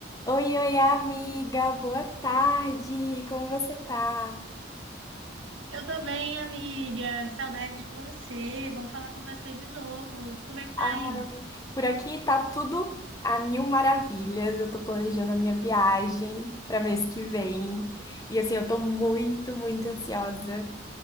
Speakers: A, on the left (about 20°); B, on the right (about 85°).
A: Oi, oi, amiga, boa tarde, como você tá?
B: Eu tô bem, amiga. Que saudade de você. Bom falar com você de novo. Como é que tá
A: Ai,
B: aí?
A: por aqui tá tudo a mil maravilhas. Eu tô planejando a minha viagem para mês que vem e assim, eu tô muito, muito ansiosa.